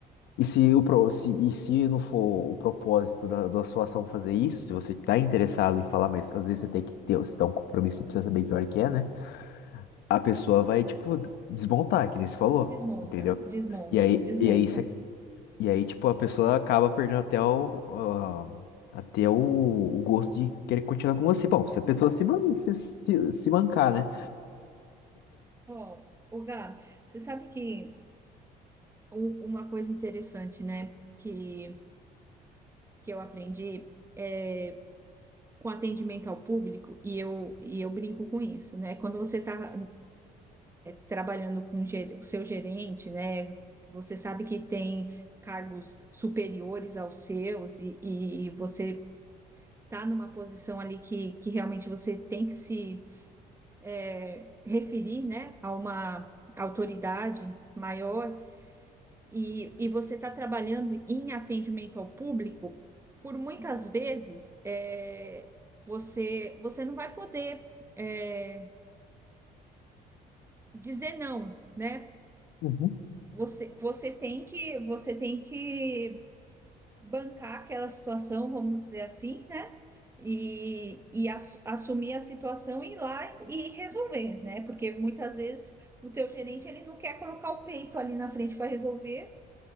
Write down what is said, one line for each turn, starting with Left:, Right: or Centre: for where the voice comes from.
Left: E se, o, pro- se, e se não for o propósito da, da sua ação fazer isso, se você está interessado em falar, mas às vezes você tem que ter, você tá um compromisso e precisa saber que hora que é, né? A pessoa vai, tipo, desmontar, que nem você falou,
Right: Desmonta,
Left: entendeu?
Right: desmonta,
Left: E aí,
Right: desmonta.
Left: e aí, você, e aí tipo, a pessoa acaba perdendo até o, ah, até o, o gosto de querer continuar com você. Bom, se a pessoa se, man- se, se, se mancar, né?
Right: Ó, ô Gá, você sabe que um- uma coisa interessante, né, que, que eu aprendi é com atendimento ao público, e eu, e eu brinco com isso, né? Quando você está trabalhando com o seu gerente, né? Você sabe que tem cargos superiores aos seus e, e você está numa posição ali que, que realmente você tem que se é, referir, né, a uma autoridade maior, e, e você está trabalhando em atendimento ao público, por muitas vezes é, você, você não vai poder é, dizer não, né?
Left: Uhum.
Right: Você, você tem que você tem que bancar aquela situação, vamos dizer assim, né? E, e ass- assumir a situação e ir lá e resolver, né? Porque muitas vezes o teu gerente ele não quer colocar o peito ali na frente para resolver